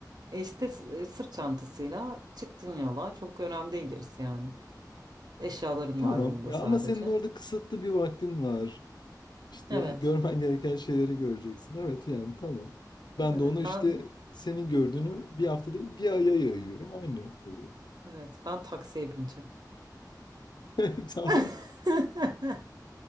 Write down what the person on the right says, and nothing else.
E işte s- e, sırt çantasıyla çıktın yola. Çok önemli değil gerisi yani. Eşyaların
var yanında
sadece.
Evet.
Evet
ben
evet ben taksiye bineceğim.
<laughs>